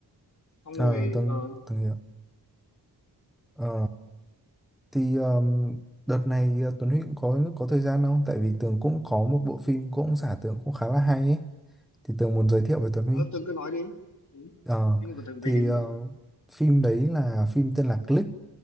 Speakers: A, on the left (about 45°); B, in the centre.
A: xong
B: à
A: rồi
B: Tuấn
A: ờ
B: Tuấn hiểu Ờ, thì um, đợt này uh, Tuấn Huy cũng có có thời gian không tại vì Tường cũng có một bộ phim cũng giả tưởng cũng khá là hay ấy thì Tường muốn giới thiệu với Tuấn Huy
A: uh, Tường cứ nói đi ừ.
B: Ờ,
A: phim của Tường
B: thì
A: về cái gì
B: uh, phim đấy là phim tên là Click